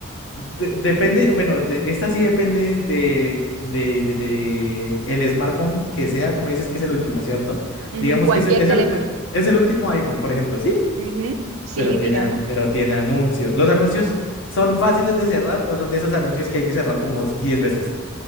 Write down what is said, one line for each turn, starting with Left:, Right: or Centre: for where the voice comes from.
Left: De- depende, bueno, de- esta sí depende de, de, de- de el smartphone que sea, tú me dices que es el último, ¿cierto?
Right: Ujú,
Left: Digamos
Right: cualquier
Left: que es, es
Right: teléfono.
Left: el, e, es el último iPhone, por ejemplo, ¿sí?
Right: Ujú, sí,
Left: pero tiene,
Right: digamos.
Left: pero tiene anuncios. ¿Los anuncios son fáciles de cerrar o son de esos anuncios que hay que cerrar como 10 veces?